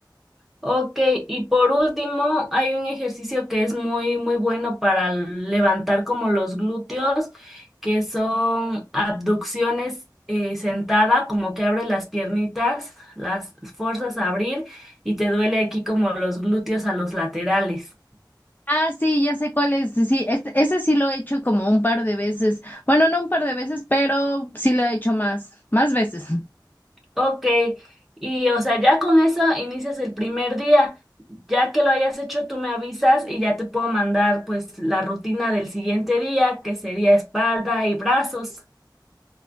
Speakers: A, in the centre; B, on the left.
A: Ok, y por último, hay un ejercicio que es muy, muy bueno para levantar como los glúteos, que son abducciones eh, sentada, como que abres las piernitas, las fuerzas a abrir y te duele aquí como los glúteos a los laterales.
B: Ah, sí, ya sé cuál es, sí, este, ese sí lo he hecho como un par de veces, bueno, no un par de veces, pero sí lo he hecho más, más veces. <laughs>
A: Ok, y o sea, ya con eso inicias el primer día. Ya que lo hayas hecho, tú me avisas y ya te puedo mandar pues la rutina del siguiente día, que sería espalda y brazos.